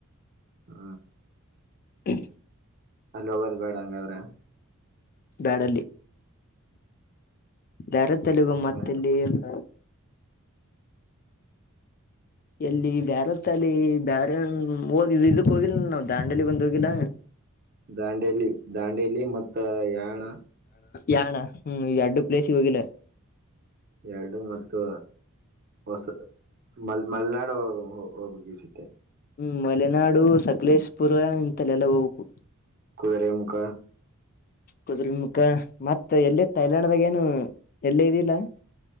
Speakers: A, on the right; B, on the left.
A: ಹ್ಮ
B: <inaudible>
A: ಅಲ್ಲಿ ಹೋಗೋದ್ ಬೇಡ ಹಂಗಾದ್ರೆ
B: ಬ್ಯಾಡಲ್ಲಿ ಬೇರೆ ತೆಲುಗು ಮತ್ತೆಲ್ಲಿಂದ
A: ಮತ್
B: ಎಲ್ಲಿ ಬ್ಯಾರತ್ತ ಅಲ್ಲಿ ಬ್ಯಾರ ದ್ ಇದಕ್ ಹೋಗಿಿಲ್ಲ ನಾವವು ದಾಂಡಲಿಗ್ಂದ ೋಗಡ
A: ದಾಂಡೇಲಿ ದಾಂಡೇಲಿ ಮತ್ತು ಯಾಣ
B: ಯಾಣ ಹ್ಮ್ ಈ ಎರಡ್ಡು ಪ್ಲೇಸ್ಿಗೆ ಹೋಗಿಲ್ಲ
A: ಎರಡು ಮತ್ತು ಹೊಸ ಮ ಮಲ್ನಾಡ ಉಪಗ ಚಟ್ಟೆ
B: ಹ್ಮ್ ಮಲೆನಾಡು ಸಕಲೇಶಪುರ ಇಂತಲ್ಲೆಲ್ಲ ಹೋಗ್ು
A: ಕುುದುರೆ ಮುಖ
B: ಕದ್ರ ಮತ್ತ ಎಲ್ಲಿ ತಥೈಲ್ಯಾಂಡ್್ದಾಗ ಏನು ಎಲ್ಲೇ ಇದಿಲ್ಲ